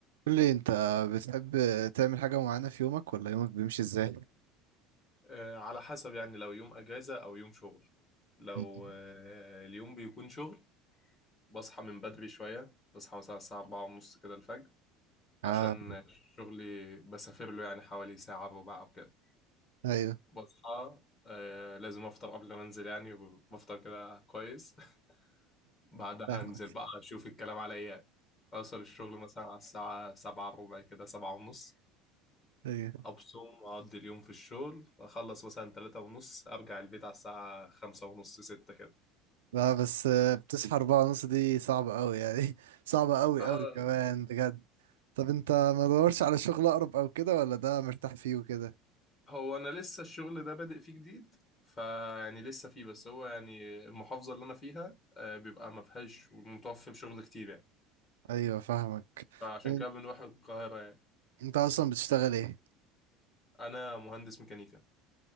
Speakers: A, on the right; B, on the left.
A: قول لي انت بتحب تعمل حاجة معينة في يومك ولا يومك بيمشي ازاي؟ <laughs>
B: آه، على حسب يعني لو يوم اجازة او يوم شغل لو
A: م-
B: آه، اليوم بيكون شغل بصحى من بدري شوية بصحى مثلا الساعة أربعة ونص كده الفجر
A: اه
B: عشان شغلي بسافر له يعني حوالي ساعة إلا ربع أو كده
A: ايوه
B: بصحى آه لازم أفطر قبل ما أنزل يعني وبفطر كده كويس <laughs> بعدها
A: فاهمك
B: أنزل بقى أشوف الكلام على إيه يعني أوصل الشغل مثلا على الساعة سبعة إلا ربع كده سبعة ونص
A: ايوه
B: أبصم وأقضي اليوم في الشغل أخلص مثلا تلاتة ونص أرجع البيت على الساعة خمسة ونص ستة كده
A: لا بس آه، بتصحى أربعة ونص دي صعبة أوي يعني <laughs> صعبة أوي
B: اه
A: أوي كمان بجد طب انت ما دورش على شغل أقرب أو كده ولا ده مرتاح فيه وكده؟
B: هو انا لسه الشغل ده بادئ فيه جديد فيعني لسه فيه بس هو يعني المحافظة اللي انا فيها آه، بيبقى ما فيهاش متوفر شغل كتير يعني
A: ايوه فاهمك
B: فعشان
A: طب
B: كده بنروح القاهرة يعني
A: انت أصلا بتشتغل ايه؟
B: انا مهندس ميكانيكا